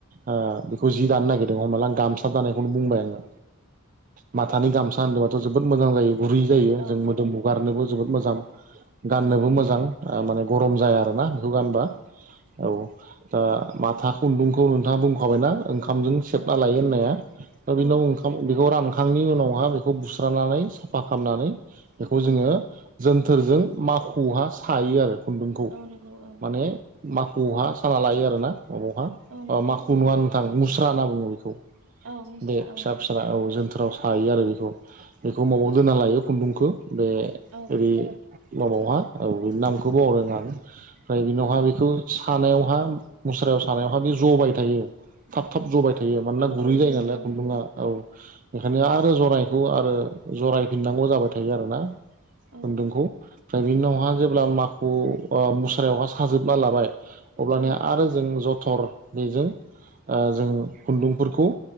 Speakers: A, on the right; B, on the right.
A: ओ बेखौ जि दानो नागिरदों हमनाला आं गामसा दानायखौनो बुंबाय आङो माथानि गामसा होनदोबाथ जोबोद मोजां जायो गुरै जायो
B: औ
A: जों मोदोम
B: औ
A: हुगारनोबो जोबोद मोजां गाननोबो
B: औ नंगौ
A: मोजां माने ओ गरम जाया आरोना बेखौ गानबा औ दा माथा खुन्दुंखौ नोंथाङा बुंखाबायना ओंखामजों सेबना
B: औ
A: लायो होननाया दा
B: औ
A: बेनाव ओंखाम बेखौ ओंखाम खांनि उनावहा बेखौ बुस्रानानै साफा खामनानै बेखौ जोङो
B: औ
A: बोथोरजों माखुहा सायो आरो खुन्दुंखौ
B: औ नंगौ औ
A: माने माखुवहा साना लायो आरो ना अबावहा
B: औ नंगौ
A: माखु नङा नोंथां मुस्रा होनना बुङो बेखौ
B: औ मुस्रा
A: बे फिसा
B: औ
A: फिसा औ जोन्थो थोराव सायो आरो बेखौ बेखौ मबाव दोनना लायो खुन्दुंखो बे
B: औ
A: ओरै <unintelligible> औ बे नामखौ बावदों आं ओमफ्राय बिनावहा बेखौ सानायावहा मुस्रायाव सानायावहा बे जबाय थायो थाब थाब जबाय थायो मानोना
B: औ
A: गुरै
B: औ
A: जायो
B: जयो
A: नालाय
B: औ
A: खुन्दुआ
B: नोंथां
A: औ बेखायनो आरो जराइखौ आरो जरायफिननांगौ जाबाय थायो आरोना
B: औ
A: खुन्दुंखौ ओमफ्राय बि उनावहा जेब्ला माखखौ मुस्रायावहा साजोबना लाबाय अब्लानि
B: औ
A: आरो जों ज थर बेजों ओ जों खुन्दुंफोरखौ